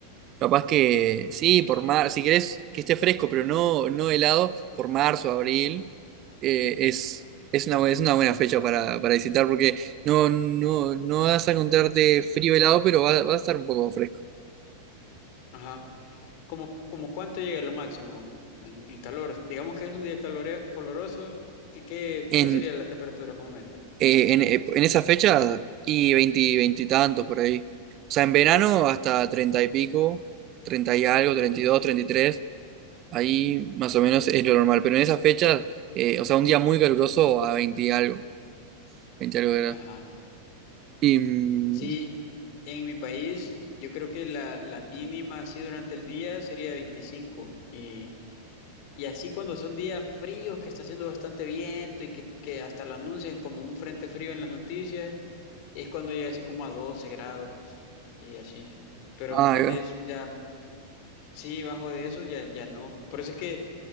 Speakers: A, on the right; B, on the left.
A: Capaz que sí, por mar, si querés que esté fresco, pero no, no helado, por marzo, abril,
B: Ujú.
A: eh, es, es una, bu- es una buena fecha para, para visitar porque no, no, no vas a encontrarte frío helado, pero va, va a estar un poco fresco.
B: Ajá. ¿Como, como cuánto llega lo máximo en, en calor? Digamos que es un día calorea- coloroso, ¿qué, qué,
A: En,
B: qué sería la temperatura más o menos?
A: eh, en, eh, en esa fecha, y veinte
B: Ujú,
A: veinte y tantos por ahí. O sea, en verano hasta 30 y pico, 30 y algo,
B: ujú.
A: treinta treinta y dos treinta y tres ahí más o menos es lo normal. Pero en esa fecha, eh, o sea, un día muy caluroso a 20 y algo, 20 y algo
B: Ajá.
A: Y... mm,
B: Sí, en mi país yo creo que la, la mínima así durante el día sería 25 y... Y así cuando son días fríos, que está haciendo bastante viento y que, que hasta lo anuncian como un frente frío en las noticias, es cuando llega así como a 12 grados y así. Pero
A: ay,
B: más
A: va.
B: de eso, ya, sí, bajo de eso ya, ya no. Por eso es que